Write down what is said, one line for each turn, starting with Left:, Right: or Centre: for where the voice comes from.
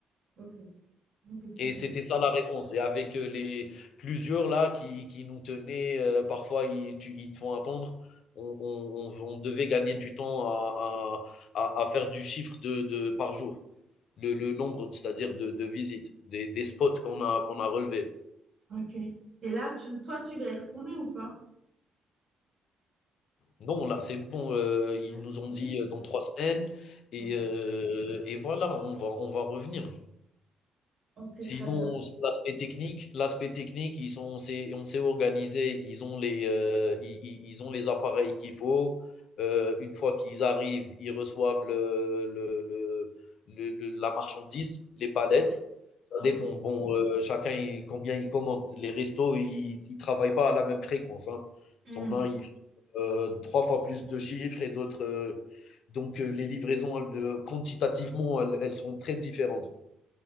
Right: Ok, ok, très
Left: Et
Right: bien.
Left: c'était ça la réponse. Et avec euh, les plusieurs là qui, qui nous tenaient, euh, parfois ils, tu- ils te font attendre. On, on- on- on devait gagner du temps à, à- à- à faire du chiffre de, de- par jour, le, le nombre, c'est-à-dire de, de visites, des, des spots qu'on a, qu'on a relevés.
Right: Ok. Et là, tu, toi, tu vas y retourner ou pas?
Left: Non, là, c'est bon, heu, ils
Right: Là, c'est
Left: nous
Right: fini?
Left: ont dit, heu, dans 3 semaines et
Right: Ok,
Left: heu et voilà, on va on va revenir.
Right: ok,
Left: Sinon,
Right: très bien.
Left: sur l'aspect technique, l'aspect technique, ils sont, on s'est, on s'est organisé, ils ont les, euh, ils, ils- ils ont les appareils qu'il faut. Euh, une fois qu'ils arrivent, ils reçoivent le, le- le- le- le- la marchandise, les palettes.
Right: Ouais,
Left: Ça
Right: Ok,
Left: dépend. Bon, euh, chacun, il- combien il commande. Les restos, ils, ils travaillent pas à la même fréquence, hein.
Right: Hmm,
Left: T'en as, ils font, euh, trois fois plus de chiffres et d'autres. euh, donc, euh, les livraisons, elles, euh, quantitativement, elles elles sont très différentes